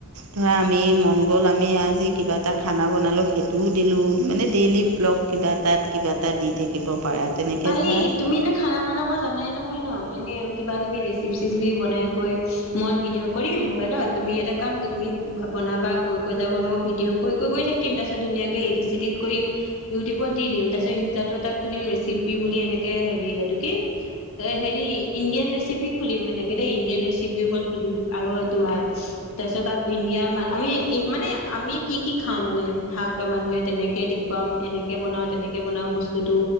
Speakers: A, on the right (about 80°); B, on the left (about 65°).
A: ধৰা আমি মন গ'ল আমি আজি কিবা এটা খানা বনালোঁ, সেইটোও দিলোঁ, মানে ডেইলি ব্লগ কিবা এটাত কিবা এটা দি থাকিব পাৰা। তেনেকৈ
B: পাৰি
A: ধৰা
B: তুমি ন খানা বনাব জানাই নহয় ন' এনে কিবা কিবি ৰেচিপি চিচিপি বনাইৈ মই ভিডিঅ' কৰিম মোবাইলত, তুমি এটা কাম তুমি কৰা বনাবা কৈ কৈ যাব মই ভিডিঅ' কৈ কৈ গৈ থাকি <unintelligible> তাৰপছত ধুনীয়াকে এদিট চেদিট কৰি ইউটিউত দি দিম তাৰপিছত ইনষ্টাটো এটা খুলিম ৰেচিপ পি বুলি এনেকে হেৰি, এইটো কি? এ হেৰি ইণ্ডিয়ান ৰেচিপি খুলিম এনেকে দেই ইণ্ডিয়ান ৰেচিপিৰ ওপৰত খুলিম আৰু তোমাৰ
A: সেইটোৱে
B: তাৰপিছত তাত ইণ্ডিয়াৰ আমি মানে আমি কি কি খাওঁ মানে ভাৰতৰ মানুহে তেনেকে খুৱাম এনেকে বনাওঁ তেনেকৈ বনাওঁ বস্তুটো